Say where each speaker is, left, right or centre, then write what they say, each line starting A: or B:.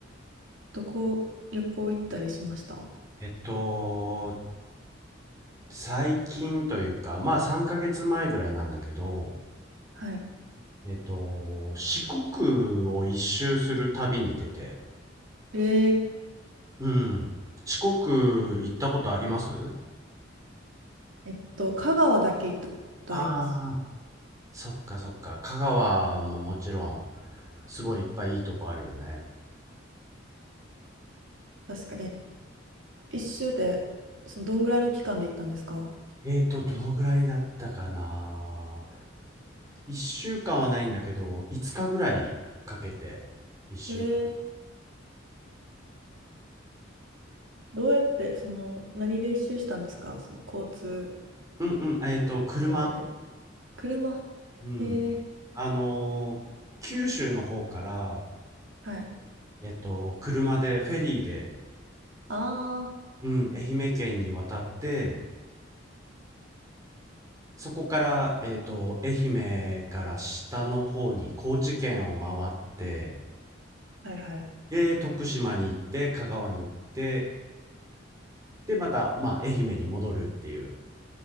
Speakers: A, on the right; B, on the right.
A: どこ旅行行ったりしました
B: えっと、最近というか、まあ3ヶ月前ぐらいなんだけど、
A: はい。
B: えっと、四国を一周する旅に出て、
A: えー、
B: うん。四国行ったことあります
A: えっと、香川だけ行ったことあります。
B: ああー、そっかそっか。香川ももちろん、すごいいっぱいいいとこあるよね。
A: 確かに。え、一周で、そのどんぐらいの期間で行ったんですか
B: えーと、どのぐらいだったかな1週間はないんだけど、5日ぐらいかけて一周。
A: えー、どうやって、その何で一周したんですかその交通
B: うんうん、えっと、車
A: 手段というか。車。
B: うん。
A: えー、
B: あのー九州の方から、
A: はい。
B: えっと、車で、フェリーで、
A: ああ。
B: うん、愛媛県に渡って、そこから、えっと、愛媛から下の方に、高知県を回って、
A: はいはい。
B: で、徳島に行って、香川に行って、で、また、まあ、愛媛に戻るっていう、